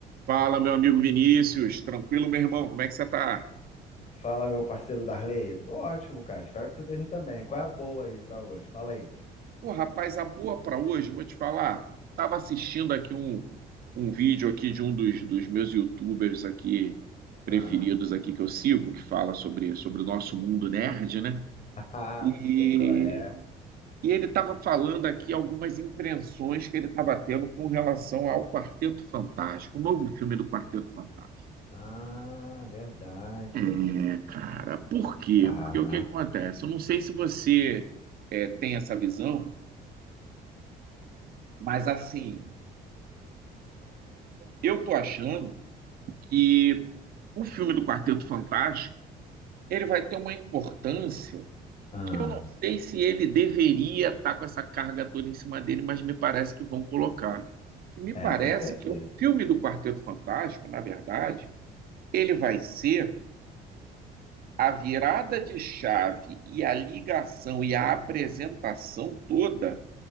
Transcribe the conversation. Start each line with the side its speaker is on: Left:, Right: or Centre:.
Right: Fala, meu amigo Vinícius. Tranquilo, meu irmão? Como é que você tá?
Left: Fala, meu parceiro Darley. Tô ótimo, cara. Espero que você esteja também. Qual é a boa aí pra hoje? Fala aí.
Right: Pô, rapaz, a boa pra hoje, vou te falar. Tava assistindo aqui um, um vídeo aqui de um dos, dos meus YouTubers aqui preferidos
Left: Ah,
Right: aqui que eu sigo, que fala sobre, sobre o nosso mundo nerd, né?
Left: <laughs>
Right: E,
Left: sei qual é.
Right: e ele tava falando aqui algumas impressões que ele tava tendo com relação ao Quarteto Fantástico, o novo filme do Quarteto Fantástico.
Left: Ah, verdade.
Right: É, cara, por quê?
Left: Caraca.
Right: Porque o que acontece? Eu não sei se você tem essa visão, mas assim, eu tô achando que o filme do Quarteto Fantástico, ele vai ter uma importância
Left: Ah,
Right: que eu não sei se ele deveria estar com essa carga toda em cima dele, mas me parece que vão colocar. Que me parece
Left: é, com certeza.
Right: que o filme do Quarteto Fantástico, na verdade, ele vai ser a virada de chave e a ligação e a apresentação toda